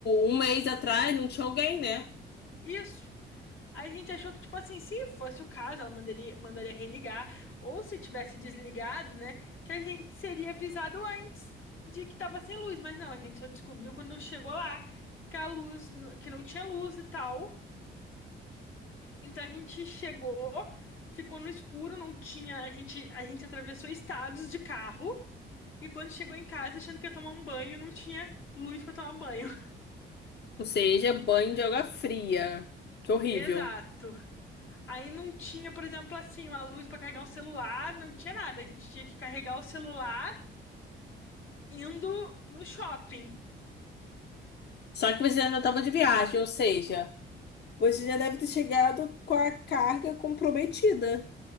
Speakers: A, on the left; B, on the left.
A: um mês atrás não tinha alguém, né?
B: Isso. Aí a gente achou que, tipo assim, se fosse o caso, ela mandaria, mandaria religar, ou se tivesse desligado, né, que a gente seria avisado antes de que tava sem luz. Mas não, a gente só descobriu quando chegou lá que a luz, n- que não tinha luz e tal. Então a gente chegou, ficou no escuro, não tinha, a gente, a gente atravessou estados de carro e quando chegou em casa achando que ia tomar um banho, não tinha luz pra tomar banho. <laughs>
A: Ou seja,
B: Não,
A: banho de água fria. Que horrível.
B: exato. Aí não tinha, por exemplo, assim, uma luz pra carregar um celular, não tinha nada. A gente tinha que carregar o celular indo no shopping.
A: Só que você ainda tava de viagem, ou seja, você já deve ter chegado com a carga comprometida.